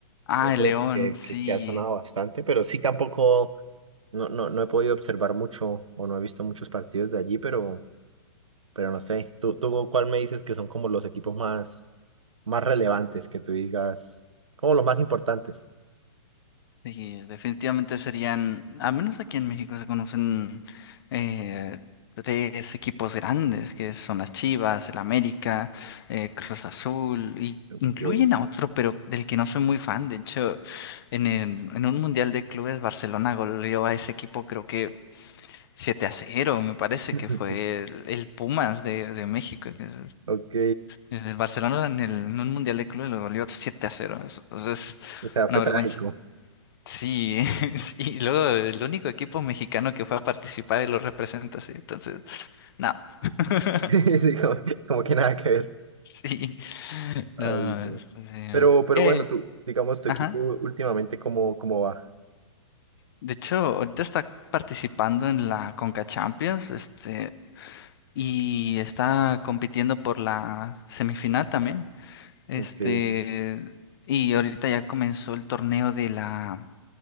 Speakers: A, on the left; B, on the right.
A: Ah,
B: es
A: el
B: el
A: León,
B: otro que,
A: sí.
B: que, que ha sonado bastante, pero sí tampoco, no, no, no he podido observar mucho o no he visto muchos partidos de allí, pero pero no sé. ¿Tú, tú cuál me dices que son como los equipos más, más relevantes que tú digas, como los más importantes?
A: Sí, definitivamente serían, al menos aquí en México se conocen eh, tres equipos grandes, que son las Chivas, el América, eh, Cruz Azul, y
B: Ok.
A: incluyen a otro, pero del que no soy muy fan. De hecho, en el, en un Mundial de Clubes, Barcelona goleó a ese equipo, creo que 7 a cero, me parece
B: <laughs>
A: que fue el, el Pumas de, de México. que es-
B: Ok,
A: El Barcelona en, el, en un Mundial de Clubes lo goleó 7 a cero. Entonces,
B: o sea,
A: una
B: fue
A: vergüenza.
B: trágico.
A: Sí, <laughs> y luego el único equipo mexicano que fue a participar y lo representa, sí. Entonces, no. <laughs>
B: <laughs> Sí, como, como que nada que ver.
A: Sí,
B: Ay,
A: no.
B: no.
A: este, eh,
B: Pero, pero
A: eh,
B: bueno, tú, digamos, tu
A: ajá.
B: equipo últimamente, ¿cómo, cómo va?
A: De hecho, ahorita está participando en la Conca Champions, este, y está compitiendo por la semifinal también. Este,
B: Ok,
A: y ahorita ya comenzó el torneo de la